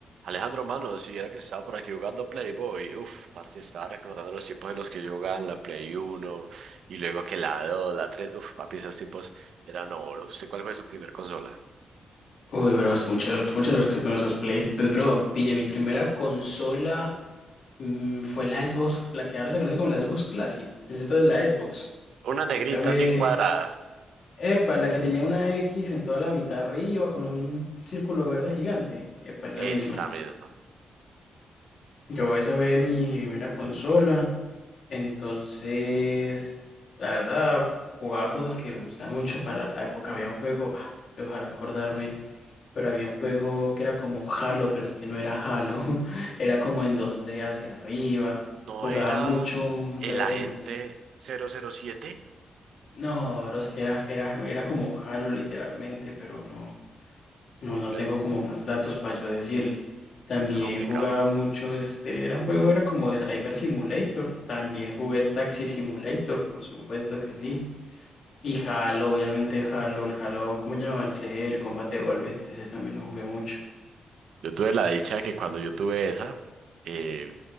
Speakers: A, on the right (about 80°); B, on the left (about 60°).
A: Alejandro, mano, si era que estaba por aquí jugando Playboy, uff, parce, estaba recordando los tiempos en los que yo jugaba en la Play Uno y luego que la 2, la 3, uff, papi, esos tiempos eran oro. ¿Usted cuál fue su primer consola?
B: Uy, bro, es mucha, mucha suerte que tengo esos plays. Pues, bro, pille, mi primera consola mm, fue la Xbox, la que ahora se conoce como la Xbox Classic. En ese entonces la Xbox.
A: Una negrita
B: La fue,
A: así cuadrada,
B: epa, la que tenía una X en toda la mitad arriba con un círculo verde gigante. Epa, esa
A: esa
B: misma.
A: misma.
B: Yo, esa fue mi primera consola. Entonces, la verdad, jugaba cosas que me gustaban mucho para la época. Había un juego, ah, es que ojalá acordarme. Pero había un juego que era como Halo, pero es que no era Halo, <laughs> era como en 2D hacia arriba.
A: ¿No
B: Jugaba
A: era
B: mucho un
A: el
B: Driver
A: agente
B: Simulator.
A: cero cero siete?
B: No, bro, es que era, era, era como Halo literalmente, pero no, no, no
A: Eh,
B: tengo como más datos para yo decirle. También
A: complicado.
B: jugaba mucho, este, era un juego, era como de Driver Simulator. También jugué el Taxi Simulator, por supuesto que sí. Y Halo, obviamente Halo, el Halo, ¿cómo se llama? El C, el Combat Evolved, ese también lo jugué mucho.
A: Yo tuve la dicha de que cuando yo tuve esa, eh,